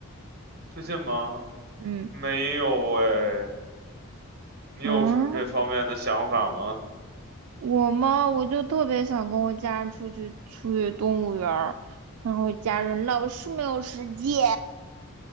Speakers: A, on the right; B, on the right.
A: 最近吗？
B: 嗯，
A: 没有哎，你有什么这方面的想法吗？
B: 嗯，我嘛，我就特别想跟我家人出去出去动物园儿，然后家人老是没有时间。